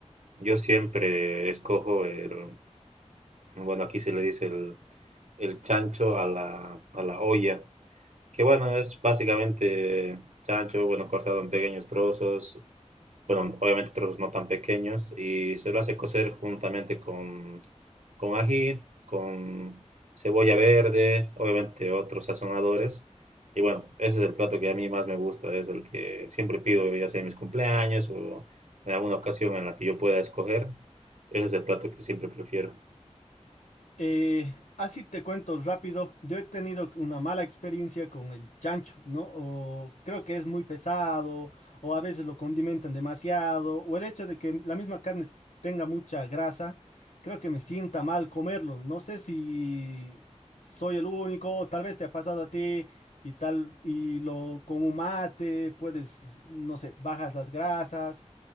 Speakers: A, on the right; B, on the left.
A: yo siempre escojo el, bueno, aquí se le dice el, el chancho a la, a la olla, Que bueno, es básicamente chancho, bueno, cortado en pequeños trozos, bueno, obviamente trozos no tan pequeños, y se lo hace cocer juntamente con, con ají, con cebolla verde, obviamente otros sazonadores. Y bueno, ese es el plato que a mí más me gusta, es el que siempre pido, ya sea en mis cumpleaños o en alguna ocasión en la que yo pueda escoger. Ese es el plato que siempre prefiero.
B: Eh, así te cuento rápido, yo he tenido una mala experiencia con el chancho, ¿no? O creo que es muy pesado, o a veces lo condimentan demasiado, o el hecho de que la misma carne s- tenga mucha grasa, creo que me sienta mal comerlo. No sé si soy el único, tal vez te ha pasado a ti y tal, y lo con un mate puedes, no sé, bajas las grasas,